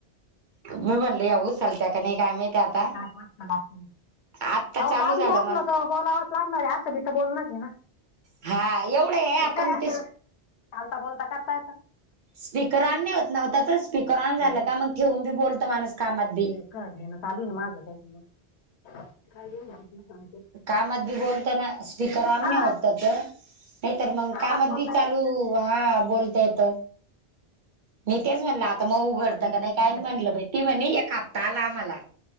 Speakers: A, on the right (about 50°); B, on the left (about 80°).
A: मी
B: बसले
A: म्हणल
B: होते
A: या
B: आज
A: उचलत्या का नाही काय माहिती आता
B: <unintelligible>
A: आत्ता
B: अहो
A: चालू
B: काम
A: झालं
B: बी असल
A: मग
B: तर बोलावच लागणार आहे असं भी तर बोलण आहे ना!
A: हा एवढ हाये
B: ते
A: आपन
B: काय असं
A: तें
B: चालता बोलता करता येत
A: स्पीकर ऑन नाहीं होत ना त्याचा स्पी कर ऑन
B: नाही
A: झालं
B: हो
A: का मग ठेवून बी बोलतो माणूस कामात बी.
B: <inaudible>
A: कामात नी बोलत ना. स्पीकर ऑन
B: हा
A: नाय होत त्याच नाहीतर
B: पण
A: मग कामात
B: बोलता
A: बी
B: येत
A: चालू हा बोलता येत. मी तेच म्हणलं आता मग
B: शंभर
A: उघडतं
B: दीडशे
A: का नाही
B: घ्या
A: काही
B: काय
A: म्हणलं
B: म्हणते.
A: बईटी म्हणे एक हप्ता आला आम्हाला.